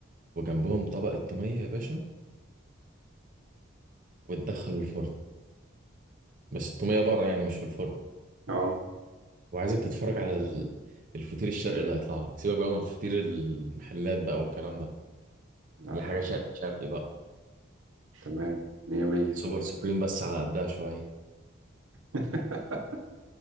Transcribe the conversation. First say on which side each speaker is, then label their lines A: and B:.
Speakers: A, on the right; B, on the right.
A: وجنبهم طبق التومية يا باشا وتدخل الفرن بس التومية بره يعني مش في الفرن
B: اه
A: وعايزك تتفرج على ال- الفطير الشرقي اللي هيطلع لك سيبك بقى من فطير المحلات بقى والكلام ده
B: لا
A: دي
B: لا
A: حاجة شرقي
B: لا
A: شرقي بقى
B: تمام مية مية
A: سوبر سوبريم بس على قدها شوية
B: <laughs>